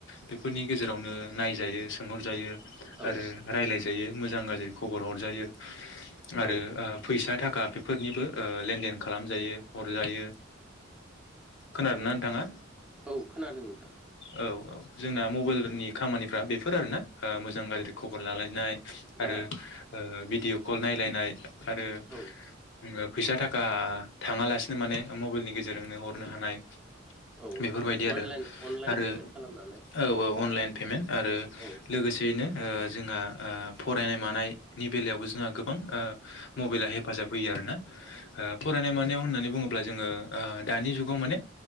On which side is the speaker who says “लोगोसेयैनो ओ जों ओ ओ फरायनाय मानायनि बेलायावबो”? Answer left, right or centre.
Left